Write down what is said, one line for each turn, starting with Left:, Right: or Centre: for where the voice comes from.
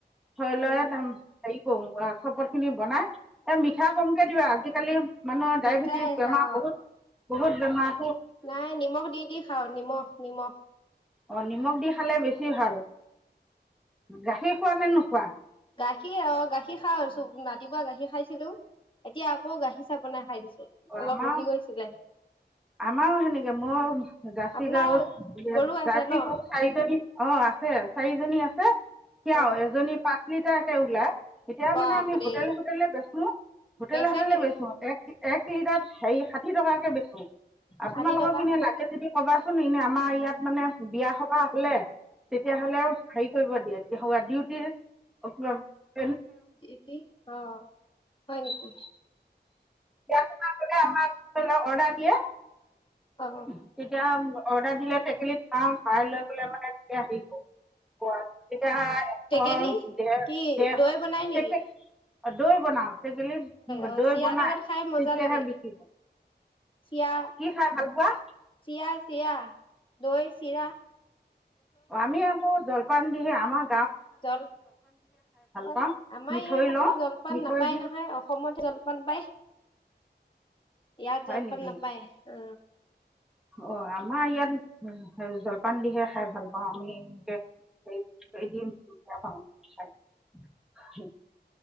Centre: হয় লয়
Left: উম
Centre: দাম। হেৰি কৰো আ চবৰ খিনি বনাই, এ মিঠা কমকে দিবা আজিকালি। মানুহৰ
Left: মিঠাই
Centre: ডায়েবেটিছ বেমাৰ
Left: অ
Centre: বহুত। বহুত বেমাৰ।
Left: নাই নিমখ দি দি খাওঁ, নিমখ। নিমখ।
Centre: অ নিমখ দি খালে বেছি ভাল। গাখীৰ খোৱা নে নোখোৱা?
Left: গাখীৰ অ গাখীৰ খা হৈছো ৰাতিপুৱা গাখীৰ খাইছিলো। এতিয়া আকৌ গাখীৰ চাহ বনাই খাই দিছো।
Centre: অ
Left: অলপ
Centre: আমাৰও,
Left: ৰখি গৈছিলে
Centre: আমাৰও সেনেকে ময়ো জাৰ্চী
Left: আপোনাৰ
Centre: গাৰুত,
Left: গৰু আছে
Centre: জাৰ্চ
Left: ন
Centre: গৰু চাৰিজনী অ আছে, চাৰিজনী আছে। হ <unintelligible> খীয়াও
Left: অ
Centre: এজনী পাঁচ লিটাৰকে ওলায়। এতিয়া
Left: বাপৰে
Centre: মানে আমি হোটেলে, হোটেলে বেচো। হোটেল,
Left: বেচে
Centre: হোতেলে
Left: নেকি
Centre: বেচো এক এক। হে ষাঠি টকাকে বেছো। আৰু
Left: ষাঠি
Centre: তোমালোকক
Left: টকা
Centre: পিনে লাগে যদি কবাচোন, এনে আমাৰ ইয়াত মানে বিয়া সভা হলে, তেতিয়া হলে। হেৰি কৰিব দিয়ে, এতিয়া হ ডিউটিৰ <inaudible>
Left: এটি অ হয় নেকি?
Centre: বিয়া আমাক ধ লও অৰ্ডাৰ দিয়ে।
Left: অ
Centre: তেতিয়া অৰ্ডাৰ দিলে, টেকেলিত ভৱাও ভৱাই লৈ পেলাই মানে <inaudible> এতিয়া এশ,
Left: টেকেলি
Centre: দে
Left: কি
Centre: ডেৰশ
Left: দৈ বনাই নেকি
Centre: <inaudible> অঁ দৈ বনাওঁ। টেকেলিত
Left: অ
Centre: দৈ
Left: চিৰা
Centre: বনাই।
Left: লগত খাই মজা
Centre: তেতিয়াহে
Left: লাগে
Centre: বিকিব।
Left: চিৰা
Centre: কি খাই ভাল পোৱা
Left: চিৰা চিৰা দৈ চিৰা
Centre: আমি আকৌ জল দোকান দিহে আমাক
Left: জলপান
Centre: পাওঁ
Left: আমাৰ
Centre: মিঠৈ
Left: ইয়াত আকৌ
Centre: লওঁ
Left: জলপান
Centre: মিঠৈ
Left: নাপায়
Centre: দি
Left: নহয় অসমত জলপান পায় ইয়াত
Centre: হয়
Left: জলপান
Centre: নেকি
Left: নাপাই অ
Centre: অ আমাৰ ইয়াত আৰু জলপান দিহে খাই ভাল পাওঁ আমি <unintelligible> কেই দি <unintelligible>